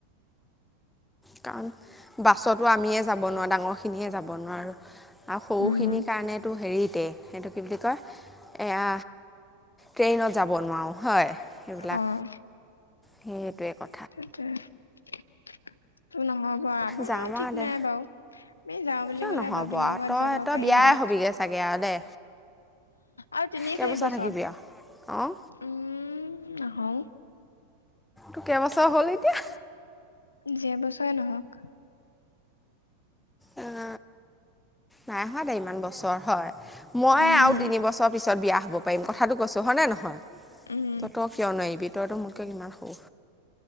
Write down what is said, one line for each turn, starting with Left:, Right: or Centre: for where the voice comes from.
Centre: কাৰণ বাছতো আমিয়ে যাব নোৱাৰোঁ। ডাঙৰ খিনিয়ে যাব নোৱাৰোঁ। আৰু সৰুখিনিৰ
Left: উম।
Centre: কাৰণেতো হেৰিতে। সেইটো কি বুলি কয় এয়া ট্ৰেইনত যাব নোৱাৰোঁ। হয়। সেইবিলাক
Left: অ'।
Centre: সেইটোৱে ক
Left: তাকে নহব, আমাৰ
Centre: যাম
Left: ঠিক
Centre: আৰু দে
Left: নাই বাৰু। আমি যাওঁ বুলি
Centre: কিয়
Left: ক'লে
Centre: নহব
Left: বাবুৰ
Centre: বোও,
Left: লগত
Centre: তই,
Left: যাব
Centre: তই
Left: পাৰি
Centre: বিয়াই
Left: বাৰু
Centre: হবিগে চাগে আৰু দে।
Left: আৰু তিনি
Centre: কেইবছৰ
Left: চাৰি বছৰত,
Centre: থাকিবি আৰু অঁ
Left: উম নহও।
Centre: তো কেইবাছৰ হ'ল এতিয়া?
Left: যে বছৰে নহওক
Centre: উ'ম, নাই হোৱা দে ইমান বছৰ হয়। মই
Left: উম
Centre: আৰু তিন বছৰ পিছত বিয়া হব পাৰিম, কথাটো কৈছো, হয়নে নহয়।
Left: উম
Centre: তই তই কিয় নোৱাৰিবি, তইতো মোতকে কিমান সুৰু।